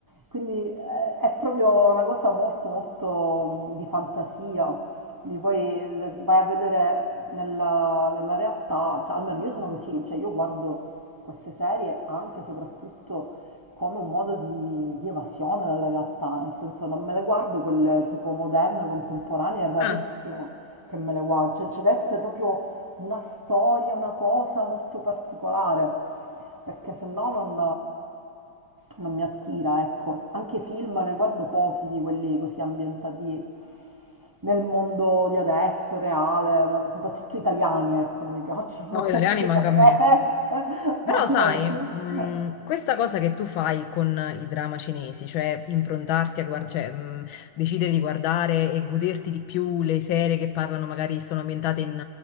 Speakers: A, on the right; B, on the left.
A: quindi eh, è proprio una cosa molto molto mm, di fantasia. Quindi poi eh, vai a vedere nella, nella realtà, cioè almeno io sono così, cioè io guardo queste serie anche e soprattutto come un modo di, di evasione dalla realtà, nel senso non me le guardo quelle tipo moderne, contemporanee, è rarissimo
B: Ah,
A: che me le guardo, cioè ci deve essere proprio una storia, una cosa molto particolare, perché se no non, eh, non mi attira, ecco. Anche film ne guardo pochi di quelli così ambientati nel mondo di adesso, reale, no? soprattutto italiani, ecco, non mi piacciono
B: no,
A: <laughs> completamente,
B: italiani manca a me.
A: <laughs> mamma
B: Però sai,
A: mia.
B: mh, questa cosa che tu fai con i drama cinesi, cioè improntarti a guardare, cioè, mh, decidere di guardare e goderti di più le serie che parlano, magari sono ambientate in